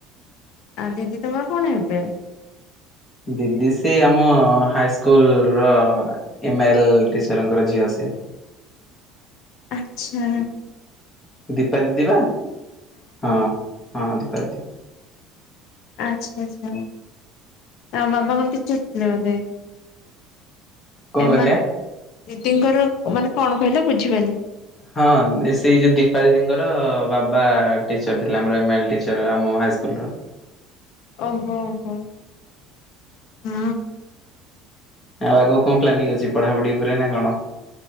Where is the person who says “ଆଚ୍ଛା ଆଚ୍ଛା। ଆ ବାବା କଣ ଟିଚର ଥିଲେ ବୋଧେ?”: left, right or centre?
Left